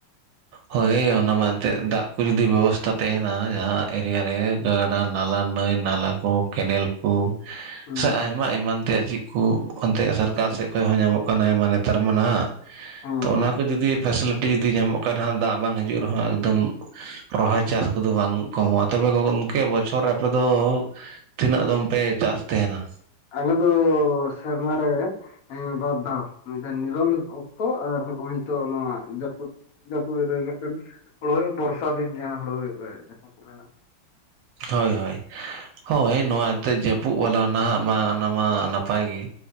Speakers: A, on the right (about 85°); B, on the left (about 60°).
A: ᱦᱳᱭ ᱚᱱᱟ ᱢᱟ ᱮᱱᱛᱮᱫ ᱫᱟᱜ ᱠᱚ ᱡᱩᱫᱤ ᱵᱮᱵᱚᱥᱛᱟ ᱛᱟᱦᱮᱱᱟ ᱡᱟᱦᱟᱸ ᱮᱨᱤᱭᱟ ᱨᱮᱼᱼ ᱜᱟᱰᱟ ᱱᱟᱞᱟ ᱱᱟᱹᱭ ᱱᱟᱞᱟ ᱠᱚ ᱠᱮᱱᱮᱞ ᱠᱚ
B: ᱦᱩᱸ
A: ᱥᱮ ᱟᱭᱢᱟ ᱮᱢᱟᱱ ᱛᱮᱭᱟᱜ ᱪᱮᱫᱼᱼ ᱠᱚ ᱚᱱᱛᱮ ᱥᱚᱨᱠᱟᱨ ᱥᱮᱫ ᱠᱷᱚᱡ ᱦᱚᱸ ᱧᱟᱢᱚᱜ ᱠᱟᱱᱟ ᱟᱭᱢᱟ ᱱᱮᱛᱟᱨ ᱢᱟ ᱱᱟ ᱦᱟᱸᱜ᱾
B: ᱚ ᱦᱚᱸ
A: ᱚᱱᱟ ᱠᱚ ᱡᱩᱫᱤ ᱯᱷᱮᱥᱮᱞᱤᱴᱤ ᱡᱩᱫᱤ ᱧᱟᱢᱚᱜ ᱠᱟᱱ ᱨᱮᱦᱚᱸ ᱫᱟᱜ ᱵᱟᱝ ᱦᱤᱡᱩᱜ ᱨᱮᱦᱚᱸ ᱮᱠᱫᱚᱢᱼᱼ ᱨᱚᱦᱚᱭ ᱪᱟᱥ ᱠᱚᱫᱚ ᱵᱟᱝ ᱠᱚᱢᱚᱜᱼᱟ ᱛᱚᱵᱮ ᱜᱚᱝᱠᱮ ᱵᱚᱪᱷᱚᱨ ᱨᱮ ᱟᱯᱮ ᱫᱚᱼᱼ ᱛᱤᱱᱟᱹᱜ ᱫᱚᱢ ᱯᱮ ᱪᱟᱥ ᱛᱟᱦᱮᱱᱟ?
B: ᱟᱞᱮ ᱫᱚ ᱥᱮᱨᱢᱟ ᱨᱮᱼᱼ ᱮᱸ ᱵᱟᱨ ᱫᱷᱟᱣ ᱢᱤᱫ ᱫᱷᱟᱣ ᱱᱤᱨᱚᱱ ᱚᱠᱛᱚ ᱟᱨ ᱱᱚᱜᱼᱚᱭ ᱱᱤᱛᱚᱜ ᱱᱚᱣᱟ ᱡᱟᱹᱯᱩᱫᱼᱼ ᱡᱟᱹᱯᱩᱫ ᱨᱮ ᱢᱤᱫᱴᱮᱱ ᱦᱩᱲ ᱦᱩᱭᱩᱜ ᱵᱚᱨᱥᱟ ᱫᱤᱱ ᱡᱟᱦᱟᱸ ᱦᱩᱲᱩ ᱦᱩᱭᱩᱜ ᱜᱮ ᱡᱟᱦᱟᱸ ᱠᱚ ᱢᱮᱱᱟᱼᱼ
A: ᱦᱳᱭ ᱦᱳᱭ᱾ ᱦᱳᱭ ᱱᱚᱣᱟ ᱮᱱᱛᱮᱜ ᱡᱟᱹᱯᱩᱫ ᱵᱟᱞᱟ ᱱᱟᱼᱦᱟᱸᱜ ᱢᱟ ᱚᱱᱟ ᱢᱟ ᱱᱟᱯᱟᱭ ᱜᱮ,